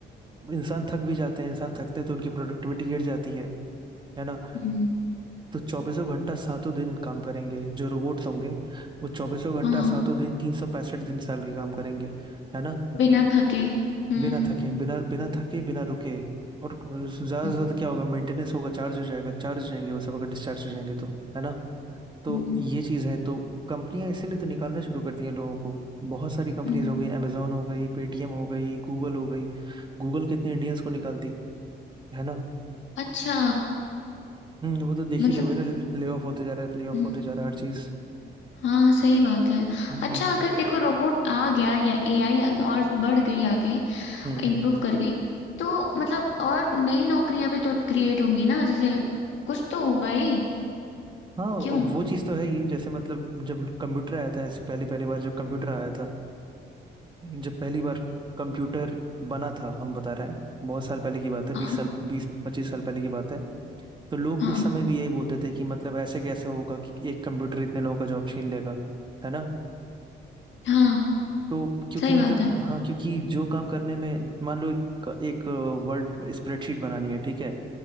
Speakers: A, on the right; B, on the left.
A: इंसान थक भी जाते हैं इंसान थकते हैं तो उनकी प्रोडक्टिविटी गिर जाती है है ना
B: हम्म
A: तो चौबीसों घंटा सातों दिन काम करेंगे जो रोबोट्स होंगे वो चौबीसों घंटा
B: हाँ
A: सातों दिन तीन सौ पैंसठ दिन साल के काम करेंगे है ना
B: बिना थके हम्म
A: बिना थके बिना बिना थके बिना रुके और ज्यादा से
B: हम्म।
A: ज्यादा क्या होगा मेंटेनेंस होगा चार्ज हो जाएगा चार्ज हो जाएंगे वो सब अगर डिस्चार्ज हो जाएंगे तो है ना तो
B: हम्म,
A: ये चीज़ है तो कंपनियां इसीलिए तो निकालना शुरू कर दी हैं लोगों को बहुत सारी कंपनीज
B: हम्म,
A: हो गई अमेजोन हो गई पेटीएम हो गई गूगल हो गई गूगल कितने इंडियंस को निकालती है ना
B: अच्छा
A: हम्म वो तो देख
B: मतलब
A: ही रहे हो ना ले ऑफ होते जा रहा है ले
B: हम्म,
A: ऑफ होते जा रहा है हर चीज़
B: हाँ सही बात है
A: हम्म
B: अच्छा अगर देखो रोबोट आ गया या एआई और बढ़ गई आगे
A: हम्म
B: इम्प्रूव कर गई तो मतलब और नई नौकरियां भी तो क्रिएट होंगी ना जैसे कुछ तो होगा ही
A: हाँ
B: क्यों
A: वो चीज़ तो है ही जैसे मतलब जब कंप्यूटर आया था ऐसे पहली पहली बार जब कंप्यूटर आया था जब पहली बार कंप्यूटर बना था हम बता रहे हैं बहुत साल पहले की बात है
B: हाँ
A: बीस साल बीस पच्चीस साल पहले की बात है तो लोग
B: हाँ
A: उस समय भी यही बोलते थे कि मतलब ऐसे कैसे होगा कि एक कंप्यूटर इतने लोगों का जॉब छीन लेगा है ना
B: हाँ
A: तो क्योंकि
B: सही
A: मतलब
B: बात है
A: हाँ क्योंकि जो काम करने में मान लो एक, एक वर्ड स्प्रेडशीट बनानी है ठीक है